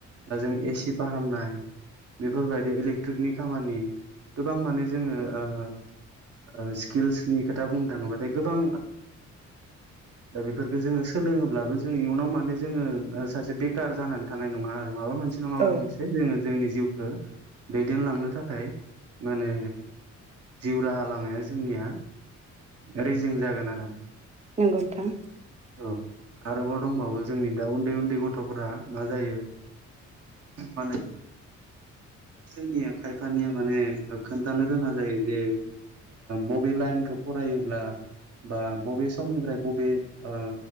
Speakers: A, on the right (about 55°); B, on the right (about 20°).
A: दा जों एसि फाहामनाय बेफोरबायदि इलेक्ट्रिकनि खामानि गोबां माने जोङो स्किल्सनि खोथा बुंनो थाङोबाथाय गोबां दा बेफोरखौ जोङो सोलोङोब्लाबो जोङो इयुनाव माने सासे बेखार जानानै थानाय नङा आरो माबा मोनसे नङा
B: औ
A: माबा मोनसे जोङो जोंनि जिउखौ दैदेनलांनो थाखाय माने जिउ राहा लामाया जोंनिया रेजिं जागोन आरो
B: नंगौ नोंथां
A: औ आरोबाव दंबावो जोंनि दा उन्दै उन्दै गथ'फोरा मा जायो माने जोंनिया खायफानिया माने खोन्थानो रोङा जायो जे बबे लाइनखौ फरायोब्ला बा बबे समनिफ्राय बबे ओ